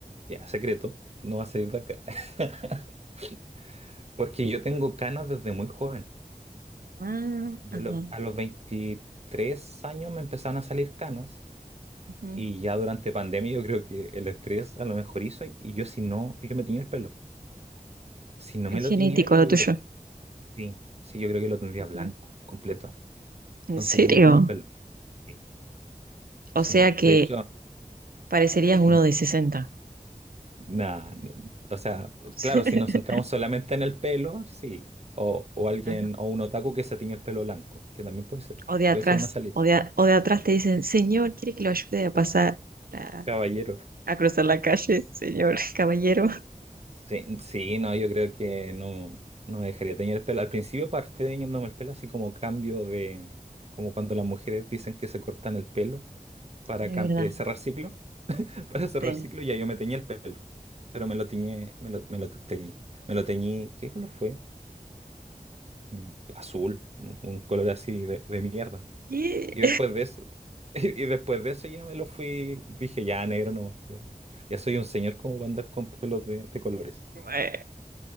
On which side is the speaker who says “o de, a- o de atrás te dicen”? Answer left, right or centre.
Right